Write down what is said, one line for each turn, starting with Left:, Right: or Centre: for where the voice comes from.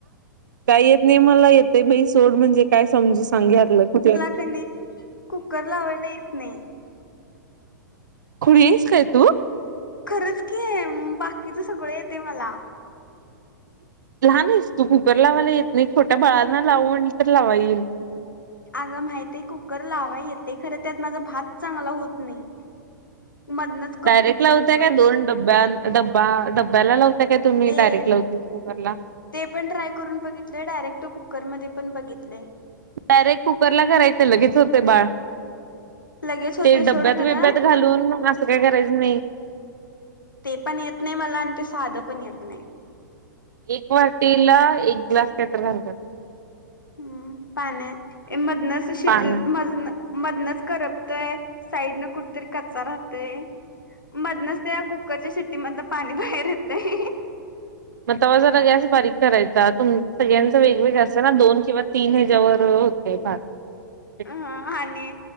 Right: काय येत नाही मला येतय बाई सोड म्हणजे काय समजू सांग ह्यातलं कुठल?
Left: त्यांनी कुकर लावायला येत नाही.
Right: खुड यीस काय तू?
Left: खरंच की हे बाकीच सगळं येतय मला.
Right: लहान आहेस तू कुकर लावायला येत नाही, छोट्या बळांना लाव म्हणलं तर लावाईल.
Left: अगं माहित आहे कुकर लावा येते खरं, त्यात माझा भात चांगला होत नाही. मधन.
Right: डायरेक्ट लावता का दोन डब्या-डबा-डब्याला लावताय का तुम्ही
Left: ते
Right: डायरेट लावते. कुकरला.
Left: ते पण ट्राय करून बघितलय, डायरेक्ट कुकरमध्ये पण बघितलय.
Right: डायरेक्ट कुकर ला करायच लगेच होते बाळ.
Left: लगेच होते
Right: ते
Left: सोड
Right: डब्यात
Left: खरा
Right: बिब्यात घालून मग असं काय करायचं नाही.
Left: ते पण येत नाही मला, आणि ते साधं पण येत नाही.
Right: एक वाटीला, एक ग्लास काही तर घालतात.
Left: हूं पाण्यात ये मदन असं शिज
Right: पाण्यात.
Left: मदन. मदनच करपतय साईड न कुठतरी कच्चा राहतय. मधनच त्या कुकरच्या शिट्टी मधन पाणी बाहेर येतय.
Right: मग तेव्हा जरा गॅस बारीक करायचा तुम सगळ्यांच वेगवेगळ असत ना दोन किंवा तीन ह्याच्यायावर होतय भात. <inaudible>
Left: हं आणि,